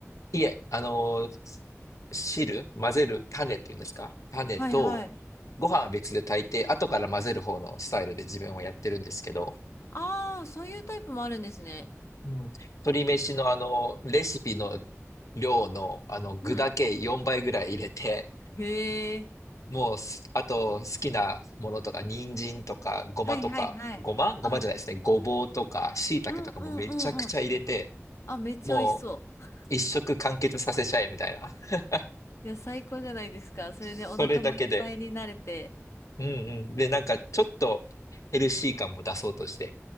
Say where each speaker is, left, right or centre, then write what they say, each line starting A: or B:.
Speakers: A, on the left; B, on the left.
A: いえ、あの、汁、混ぜる、種っていうんですか。種と、
B: はいはい。
A: ご飯は別で炊いて、後から混ぜる方のスタイルで自分はやってるんですけど、
B: ああ、そういうタイプもあるんですね。
A: うん、鶏飯のあの、レシピの量の、あの、具だけ4倍ぐらい入れて、
B: うん。へえ。
A: もうす、あと、好きなものとか、人参とか、ごまとか、
B: はいはいはい。
A: ごまごまじゃないですね。
B: あ
A: ごぼうとか、椎茸とかもめちゃくちゃ入れて、
B: うんうんうんうん。あ、めっちゃ美味しそう。
A: もう、一食完結させちゃえ、みたいな。<laughs>
B: いや、最高じゃないですか。それでお腹もいっぱいになれて。
A: それだけで。うんうん。で、なんかちょっとヘルシー感も出そうとして。